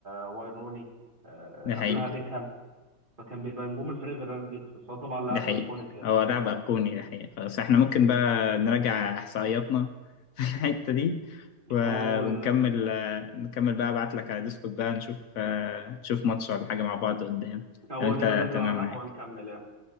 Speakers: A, on the right; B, on the left.
A: واين روني آه،
B: دي حقيقة
A: قبلها بيكهام فكان بيبقى نجوم الفريق غير ران جيكس بس هو طبعا لاعب
B: دي حقيقة
A: ايكونيك يعني
B: هو لاعب ايقوني دي حقيقة خلاص احنا ممكن
A: مم.
B: بقى نراجع احصائياتنا <laughs> في الحتة دي و-
A: اه ونبقى
B: ونكمل
A: نشوف
B: آه، نكمل بقى ابعت لك على ديسكورد بقى نشوف آه، نشوف ماتش ولا حاجة مع بعض قدام
A: او
B: لو انت
A: نبقى ننزل
B: تمام
A: على القهوة
B: معاك
A: نكمل يعني